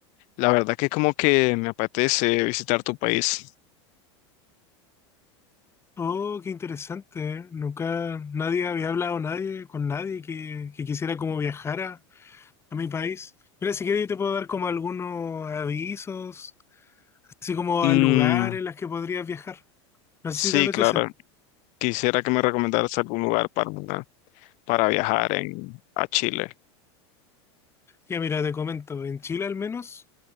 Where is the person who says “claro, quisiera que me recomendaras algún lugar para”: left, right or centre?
Left